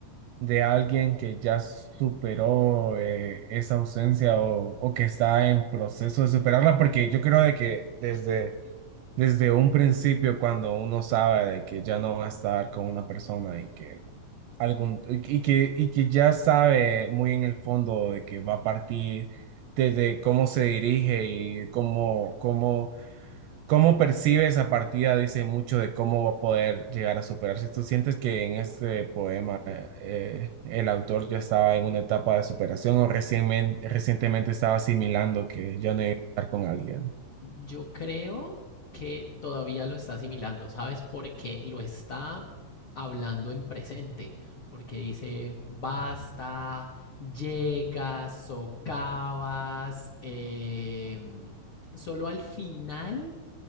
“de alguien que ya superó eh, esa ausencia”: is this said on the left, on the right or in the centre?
Right